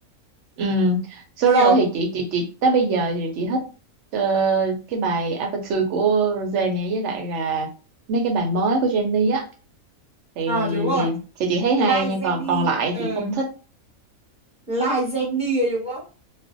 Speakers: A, on the right (about 65°); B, in the centre.
A: Ừm, solo
B: kiểu
A: thì chị chị chị tới bây giờ thì chị thích ờ, cái bài Aperture của Rosé này với lại là mấy cái bài mới của Jennie á thì
B: ờ đúng rồi
A: thì thì chị thấy hay
B: Like
A: nha
B: Jennie
A: còn còn lại
B: ờ
A: thì không thích
B: Like Jennie đúng không